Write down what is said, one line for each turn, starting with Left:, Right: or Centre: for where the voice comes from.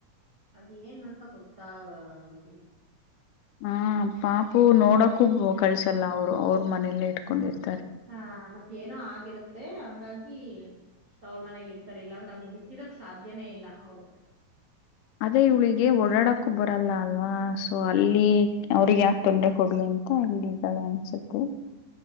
Right: ಅದ್ ಏನ್ ಅಂತ ಗೊತ್ತತ್ತಾಂಗಿಲ್ಲ
Left: ಹ ಪಾಪು ನೋಡಕೂ ಕಳ್ಸಲ್ಲ ಅವರು ಅವ್ರ ಮನೆಯಲ್ಲೇ ಇಟ್ಕೊಂಡಿರ್ತ
Right: ಹಾ ಮತ್ತ ಏನೋ ಆಗಿರುತ್ತೆ ಹಂಗಾಗಿ ಅವ್ರ ಮನೆಗ್ ಇರ್ತಾರ ಇಲ್ಲಾಂದ್ರೆ ನಮ್ ಬಿಟ್ಟಿದಕ್ ಸಾಧ್ಯನೇ ಇಲ್ಲ ಅವ್ರು
Left: ಅದೇೆಯುಳಿಗೆ ಓಡಾಡಕ್ಕೂ ಬರಲ್ಲ ಅಲ್ಲ ಅಲ್ವಾ ಸೊ ಅಲ್ಲಿ ಅವ್ರಗ್ ಯಾಕೆ ತೊಂದ್ರೆ ಕೊಡ್ಲಿ ಅಂತ ಇಲ್ಲಿ ಇದ್ದಾಳೆ ಅನ್ಸುತ್ತೆ